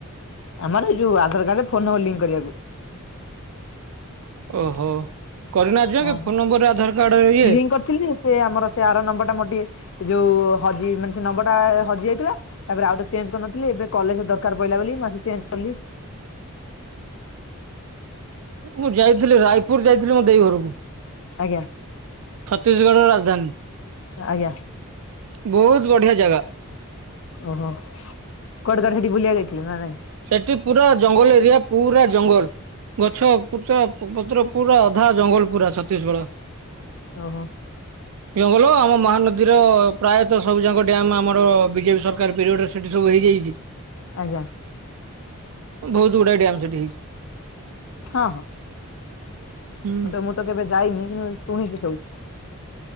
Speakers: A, on the left; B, on the right.
A: ଆମର ଏ ଯୋଉ ଆଧାର କାର୍ଡରେ ଫୋନ ନମ୍ବର ଲିଙ୍କ କରିବାକୁ।
B: ଓହୋ। କରିନା ଆଜି ଯାଙ୍କେ
A: ହଁ
B: ଫୋନ ନମ୍ବରରେ ଆଧାର କାର୍ଡ ଇଏ
A: ଲିଙ୍କ କରିଥିଲି ଯେ ସେ ଆମର ସେ ଆର ନମ୍ବର ଟା ମୋର ଟିକେ ଯୋଉ ହଜି ମାନେ ସେ ନମ୍ବର ଟା ହଜି ଯାଇଥିଲା। ତାପରେ ଆଉଥରେ ଚେଞ୍ଜ କରିନଥିଲି ଏବେ କଲେଜରେ ଦରକାର ପଇଲା ବୋଲି ମୁଁ ଆସିକି ଚେଞ୍ଜ କଲି।
B: ହ ମୁଁ ଯାଇଥିଲି ରାୟପୁର ଯାଇଥିଲି ମୋ ଦେଇ ଘରକୁ।
A: ଆଜ୍ଞା।
B: ଛତିଶଗଡ ରାଜଧାନୀ।
A: ଆଜ୍ଞା।
B: ବହୁତ ବଢିଆ ଜାଗା।
A: ଓହୋ! କୁଆଡେ କୁଆଡେ ସେଠି ବୁଲିବାକୁ ଯାଇଥିଲେ ନା ନାଇଁ?
B: ସେଠି ପୁରା ଜଙ୍ଗଲ ଏରିଆ। ପୁରା ଜଙ୍ଗଲ ଗଛ ପୁଚ ପତ୍ର ପୁରା ଅଧା ଜଙ୍ଗଲ ପୁରା ଛତିଶଗଡ।
A: ଓହୋ
B: ଜଙ୍ଗଲ ଆମ ମହାନଦୀର ପ୍ରାୟତଃ ସବୁ ଯାକ ଡ୍ୟାମ୍ ଆମର ବିଜେପି ସରକାର ପିରିୟଡ଼ରେ ସେଠି ସବୁ ହେଇଯାଇଚି।
A: ଆଜ୍ଞା।
B: ବହୁତ ଗୁଡାଏ ଡ୍ୟାମ୍ ସେଠି ହେଇଛି।
A: ହଁ,
B: ହୁଁ
A: ହଁ ମୁଁ ତ ମୁଁ ତ କେବେ ଯାଇନି କିନ୍ତୁ ଶୁଣିଚି ସବୁ।